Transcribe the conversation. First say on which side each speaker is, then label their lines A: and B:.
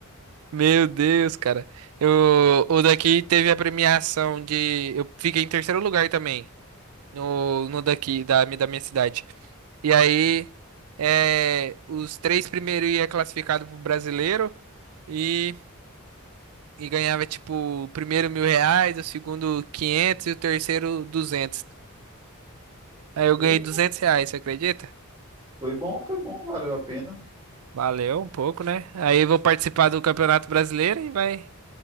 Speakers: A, on the right; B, on the right.
A: Meu Deus, cara. Eu, o daqui teve a premiação de. Eu fiquei em terceiro lugar também. No, no daqui, da, da minha cidade. E aí, é, os três primeiros ia classificado pro brasileiro e, e ganhava, tipo, o primeiro mil reais, o segundo 500 e o terceiro 200. Aí eu
B: E
A: ganhei 200 reais, você acredita?
B: foi bom, foi bom, valeu a pena.
A: Valeu um pouco, né? Aí eu vou participar do Campeonato Brasileiro e vai.